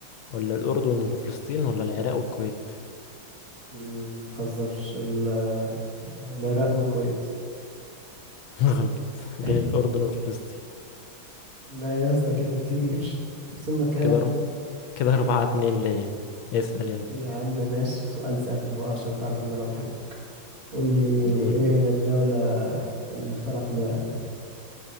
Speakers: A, on the left; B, on the right.
A: ولا الأردن وفلسطين ولا العراق والكويت
B: مم، متهزرش ال- العراق والكويت
A: <laughs> غلط بين
B: <laughs>
A: الأردن وفلسطين
B: لا يا اسطى كده كتير وصلنا كام
A: كده أرب... كده أربعة اتنين ليا اسأل يلا
B: يا عم ماشي سؤال سهل اهو عشان تعرف ان انا بحبك قول لي
A: نقول
B: ايه هي الدولة اللي اخترعت الورق